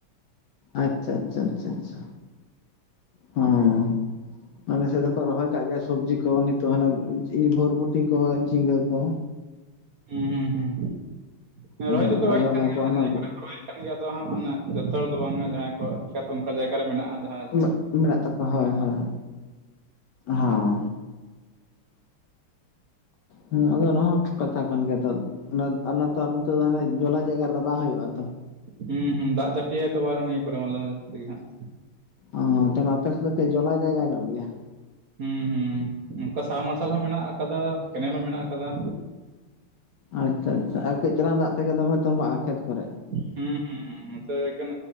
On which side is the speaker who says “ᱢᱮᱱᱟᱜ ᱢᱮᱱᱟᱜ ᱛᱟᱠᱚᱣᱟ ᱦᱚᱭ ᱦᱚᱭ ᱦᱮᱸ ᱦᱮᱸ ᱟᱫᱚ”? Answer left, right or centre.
Left